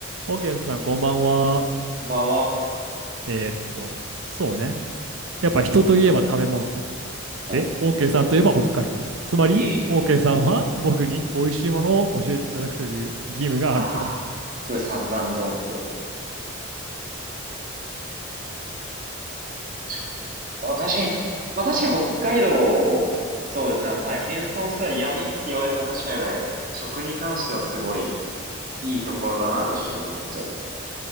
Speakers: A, on the right; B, on the right.
A: オーケーさん、こんばんは。
B: こんばんは。
A: えーっと、そうね。やっぱ人といえば食べ物。
B: い
A: で、オーケーさんといえば北海道。つまり、
B: い
A: オーケーさんは僕に美味しいものを教えていただくという義務があると。
B: ああ、
A: <laughs>
B: すごい三段論法ですね。確かに。まあ確かに。まあ確かに北海道、そうですね。もはや謙遜すら闇って言われてもおかしくないぐらい、食に関してはすごいいいところだなと正直思っちゃいますね。